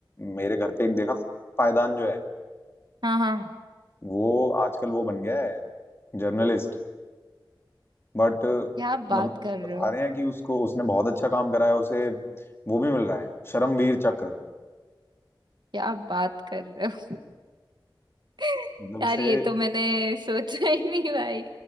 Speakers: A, on the left; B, on the right.
A: मेरे घर पे एक देखा था पायदान जो है
B: हाँ हाँ
A: वो आजकल वो बन गया है जर्नलिस्ट बट मतलब
B: क्या आप बात कर रहे
A: बता
B: हो
A: रहे हैं कि उसको उसने बहुत अच्छा काम करा है उसे वो भी मिल रहा है परमवीर चक्र
B: क्या आप बात कर रहे हो <laughs>
A: मतलब उसे
B: यार ये तो मैंने सोचा ही नहीं भाई